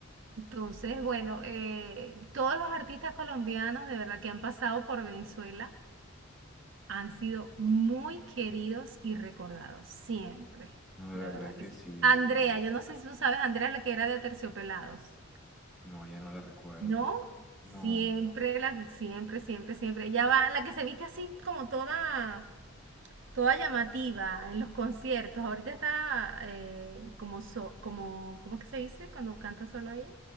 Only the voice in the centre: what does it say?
No, de
verdad
que
sí,
o sea,
no, ya no la recuerdo.
No,